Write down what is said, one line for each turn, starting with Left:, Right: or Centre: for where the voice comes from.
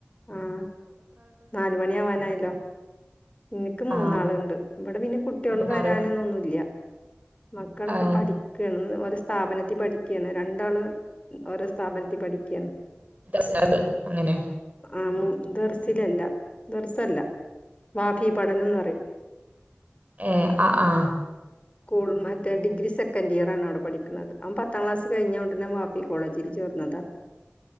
Left: ആഹ് നാലുമണി ആവാനായല്ലോ. എനിക്ക് മൂന്നാളുണ്ട്
Right: ആഹ്
Left: ഇവിടെ പിന്നെ കുട്ടൊള്‌
Right: മൂന്നാള്
Left: വരാനൊന്നുന്നില്ല മക്കളൊക്കെ
Right: ആഹ്
Left: പഠിക്കാണ് <inaudible> സ്ഥാപനത്തിൽ പഠിക്കുകയാണ് രണ്ടാള് ഓരോ സ്ഥാപനത്തിൽ പഠിക്കുകയാണ്.
Right: <unintelligible> അങ്ങനെ
Left: ആ മു ദർസിലല്ല ദെർസല്ല വാഫി പടനന്ന്റയും
Right: ഏ ആ ആ
Left: ഓൾ മറ്റേ ഡിഗ്രി സെക്കൻഡ് ഇയർ ആണ് അവടെ പഠിക്കുന്നത് അവൻ പത്താം ക്ലാസ് കയ്യിനടും വാഫി കോളേജ്ൽ ചേർന്ന് <unintelligible> <unintelligible>